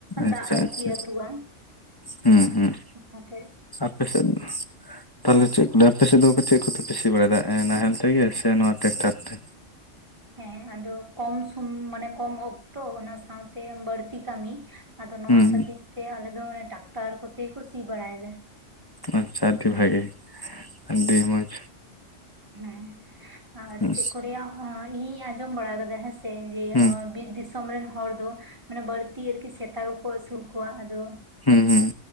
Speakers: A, on the right (about 20°); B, on the left (about 25°).
A: ᱫᱟᱜ
B: ᱟᱪᱪᱷᱟ
A: ᱟᱨᱠᱤ
B: ᱟᱪᱪᱷᱟ
A: ᱟᱹᱛᱩᱜᱼᱟ᱾
B: ᱦᱩᱸ ᱦᱩᱸ
A: ᱚᱱᱟ ᱛᱮ,
B: ᱟᱯᱮᱥᱮᱡ ᱫᱚ ᱛᱟᱦᱚ ᱞᱮ ᱪᱮᱫ ᱠᱚ ᱟᱸᱯᱮ ᱥᱮᱫ ᱫᱚ ᱪᱮᱫ ᱠᱚᱹᱯᱮ ᱥᱤ ᱵᱟᱲᱟᱭᱮᱫᱟ ᱱᱟᱦᱮᱞ ᱛᱮᱜᱮ ᱥᱮ ᱱᱚᱣᱟ ᱴᱨᱟᱠᱴᱟᱨ ᱛᱮ,
A: ᱦᱮᱸ ᱟᱫᱚ ᱠᱚᱢ ᱥᱚᱢ ᱢᱟᱱᱮ ᱠᱚᱢ ᱚᱼᱠᱛᱚ ᱚᱱᱟᱹ ᱥᱟᱶᱹᱛᱮ ᱵᱟᱹᱲᱛᱤ ᱠᱟᱹᱢᱤ ᱟᱼᱫᱚ ᱱᱚᱣᱟ
B: ᱦᱩᱸ
A: ᱠᱷᱟᱹᱛᱤᱨ ᱛᱮ ᱟᱼᱞᱮᱫ ᱫᱚ ᱚᱱᱮ ᱴᱟᱠᱴᱟᱨ ᱠᱚᱛᱮ ᱜᱮᱠᱚ ᱥᱤ ᱵᱟᱲᱟᱭᱮᱫᱟ᱾
B: ᱟᱪᱪᱷᱟ ᱟᱹᱰᱤ ᱵᱷᱟᱜᱤ ᱟᱹᱰᱤ ᱢᱚᱸᱡᱽ,
A: ᱦᱮᱸ ᱟᱨ
B: ᱦᱩᱸ
A: ᱪᱮᱫ ᱠᱚ ᱨᱮᱭᱟᱜ ᱤᱧ ᱟᱸᱡᱚᱢ ᱵᱟᱲᱟ ᱟᱼᱠᱟᱫᱟᱹ ᱦᱮᱸ ᱥᱮ ᱥᱮ ᱡᱮ
B: ᱦᱩᱸ
A: ᱵᱤᱨ ᱫᱤᱥᱚᱢᱹ ᱨᱮᱱ ᱦᱚᱲᱹ ᱫᱚ ᱢᱟᱹᱱᱮ ᱵᱟᱹᱲᱛᱤ ᱟᱨᱹᱠᱤ ᱥᱮᱛᱟ ᱠᱚᱠᱚ ᱟᱹᱥᱩᱞ ᱠᱚᱣᱟ ᱟᱼᱫᱚ,
B: ᱦᱩᱸ ᱦᱩᱸ